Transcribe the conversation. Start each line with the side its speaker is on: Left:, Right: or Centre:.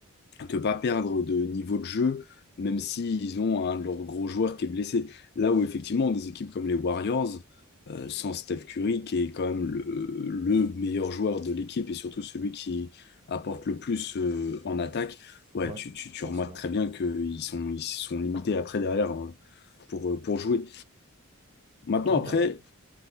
Left: te pas perdre de niveau de jeu, même s'ils ont un de leurs gros joueurs qui est blessé. Là où effectivement, des équipes comme les Warriors, euh, sans Steph Curry, qui est quand même le, le meilleur joueur de l'équipe et surtout celui qui apporte le plus euh, en attaque, ouais,
Right: Ouais,
Left: tu, tu, tu
Right: forcément.
Left: remarques très bien qu'ils sont, ils sont limités après derrière hein, pour, euh, pour jouer. Maintenant,
Right: Ouais,
Left: après,
Right: t'as...